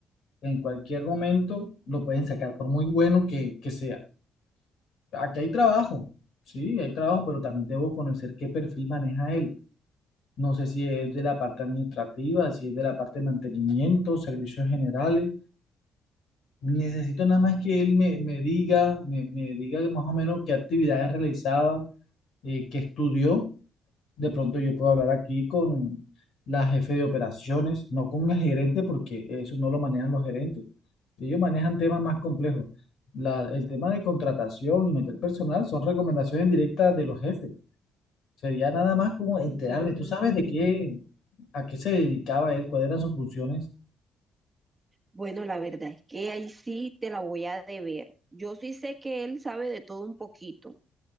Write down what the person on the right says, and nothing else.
Mm.
Bueno, la verdad es que ahí sí te la voy a deber. Yo sí sé que él sabe de todo un poquito,